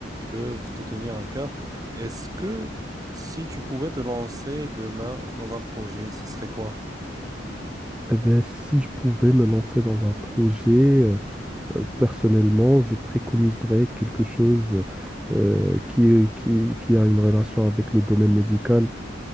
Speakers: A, on the right; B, in the centre.
A: peuvent te tenir à cœur. Est-ce que si tu pouvais te lancer demain dans un projet, ce serait quoi?
B: Eh ben, si je pouvais me lancer dans un projet. euh, Euh, Personnellement, je préconiserais quelque chose euh, qui, est- qui, qui a une relation avec le domaine médical.